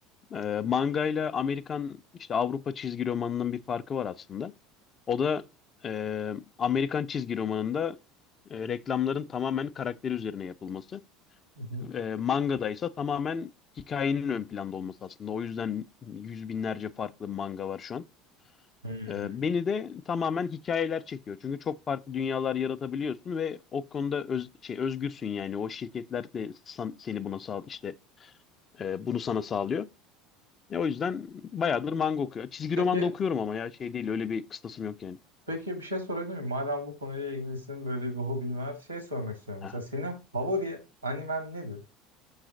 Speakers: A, on the left; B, on the right.
A: e, manga ile Amerikan işte Avrupa çizgi romanının bir farkı var aslında. O da e, Amerikan çizgi romanında e, reklamların tamamen karakteri üzerine yapılması.
B: Hı hı.
A: E, mangada ise tamamen hikayenin ön planda olması aslında. O yüzden yüz binlerce farklı manga var şu an.
B: Hmm.
A: Ee, beni de tamamen hikayeler çekiyor. Çünkü çok farklı dünyalar yaratabiliyorsun ve o konuda öz, şey özgürsün yani. O şirketler de san- seni buna sağ işte e, bunu sana sağlıyor. E, o yüzden bayağıdır manga okuyor. Çizgi
B: Peki
A: roman da okuyorum ama ya şey değil öyle bir kıstasım yok yani.
B: peki bir şey sorabilir miyim? Madem bu konuyla ilgilisin böyle bir hobin var şey sormak istiyorum. Mesela
A: Aha.
B: senin favori animen nedir?